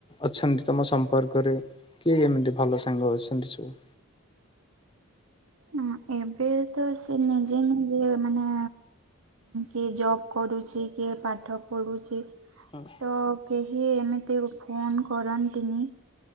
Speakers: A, on the left; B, on the right.
A: ଅଛନ୍ତି ତମ ସମ୍ପର୍କରେ କିଏ କେମିତି ଭଲ ସାଙ୍ଗ ଅଛନ୍ତି ସବୁ।
B: ହ ଏବେ ତ ସେ ନିଜେ ନିଜେ ମାନେ କିଏ ଜବ୍ କରୁଛି କିଏ ପାଠ ପଢ଼ୁଛି।
A: ହଁ କିଏ ସହରରେ ରହୁଚି କିଏ ରୋଜକରରେ ବ୍ୟସ୍ତ ସେଥିପାଇଁ ଆଗପରି କିଛି ନାହିଁ
B: ତ କେହି ଏମିତି ଫୋନ୍ କରନ୍ତିନି